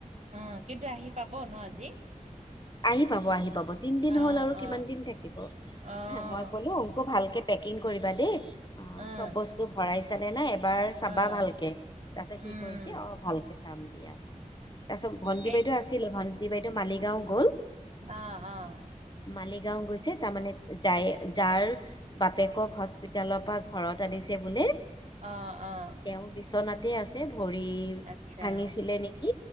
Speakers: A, on the right (about 55°); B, on the left (about 35°).
A: অ কিন্তু আহি পাব ন আজি
B: আহি পাব আহি পাব তিনদিন
A: অ',
B: হল আৰু
A: অ',
B: কিমান দিন থাকিব
A: অ'।
B: হা মই কলো অংকু ভালকে পেকিং কৰিব দেশৰ
A: অ',
B: বস্তু ভৰাইছানে নাই এবাৰ চাবা
A: অ',
B: ভালকে তাৰপিছত সি
A: উম,
B: কৰিছে অ ভালকে চাম দিয়া তাৰ পিছত ভণ্টি
A: এই
B: বাইদে আছিলে ভ বাইদেউ মালিগাঁও গ'ল
A: অ', অ'।
B: মালিগাঁও গৈছে তাৰমানে যাই যাৰ বাপেকক হস্পিতালৰ পৰা ঘৰত আনিছে বোলে
A: অ', অ',
B: তেওঁ বিচনাতে আছে ভৰি
A: আচ্ছা।
B: ভাঙিছিলে নেকি